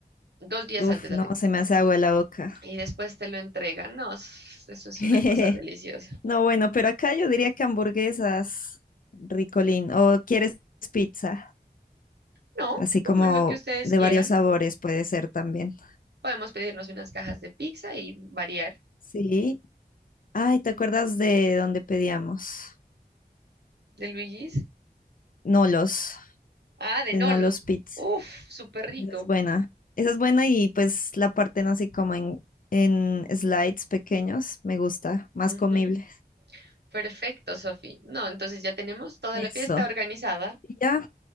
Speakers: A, on the right (about 85°); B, on the left (about 55°).
A: Dos días
B: Uf,
A: antes la
B: no,
A: tiene.
B: se me hace agua la boca.
A: Y después te lo entregan. No, eso es
B: <laughs>
A: una cosa deliciosa.
B: No, bueno, pero acá yo diría que hamburguesas, ricolín, o quieres pizza,
A: No,
B: así
A: como
B: como
A: lo que ustedes
B: de
A: quieran.
B: varios sabores puede ser también.
A: Podemos pedirnos unas cajas de pizza y variar.
B: Sí. Ay, ¿te acuerdas de dónde pedíamos?
A: De Luigi's.
B: Nolos,
A: Ah, de
B: de
A: Nolos.
B: Nolos Pizza.
A: Uf, súper rico.
B: Esa es buena. Esa es buena y pues la parten así como en, en slides pequeños, me gusta, más
A: Ujú.
B: comible.
A: Perfecto, Sofi. No, entonces ya tenemos toda
B: Eso.
A: la fiesta organizada.
B: Y ya,